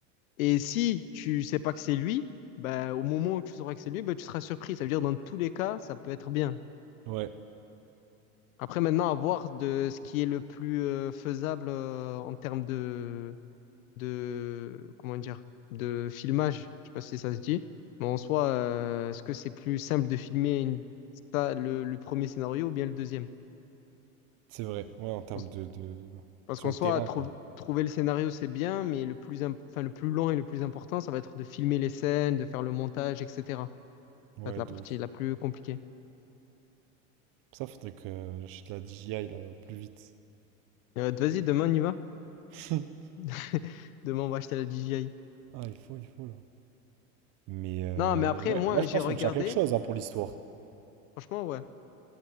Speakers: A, on the left; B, on the right.
A: Et si tu sais pas que c'est lui, ben au moment où tu sauras que c'est lui, ben tu seras surpris. Ça veut dire dans tous les cas, ça peut être bien.
B: Ouais.
A: Après, maintenant, à voir de ce qui est le plus euh, faisable euh, en termes de, de, comment dire, de filmage. Je sais pas si ça se dit, mais en soi, euh, est-ce que c'est plus simple de filmer une, sta- le, le premier scénario ou bien le deuxième?
B: C'est vrai. Ouais, en termes
A: Parce
B: de, de...
A: parce
B: Sur
A: qu'en
B: le
A: soi,
B: terrain,
A: trouv-
B: quoi.
A: trouver le scénario, c'est bien, mais le plus, imp- enfin, le plus long et le plus important, ça va être de filmer les scènes, de faire le montage, etc. Ça
B: Ouais,
A: va être la
B: de
A: partie
B: ouf.
A: la plus compliquée.
B: Ça, faudrait que j'achète la DJI là, au plus vite.
A: Euh, vas-y, demain, on y va.
B: <laughs>
A: <laughs> Demain, on va acheter la DJI.
B: Ah, il faut, il faut là. Mais, euh,
A: Non, mais après,
B: mais ouais,
A: moi,
B: là, je
A: j'ai
B: pense
A: regardé.
B: qu'on tient quelque chose hein, pour l'histoire.
A: Franchement, ouais.